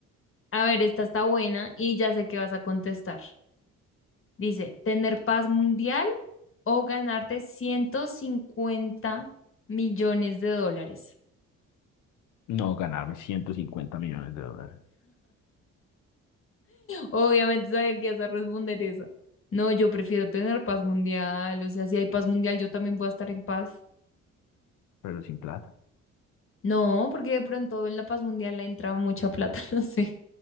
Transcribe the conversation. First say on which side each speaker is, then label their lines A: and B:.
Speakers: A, on the left; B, on the left.
A: A ver, esta está buena y ya sé qué vas a contestar. Dice, ¿tener paz mundial o ganarte ciento cincuenta millones de dólares?
B: No ganarme 150 millones de dólares,
A: Obviamente sabía que ibas a responder esa. No, yo prefiero tener paz mundial. O sea, si hay paz mundial, yo también voy a estar en paz.
B: pero sin plata.
A: No, porque de pronto en la paz mundial le entra mucha plata, <laughs> no sé.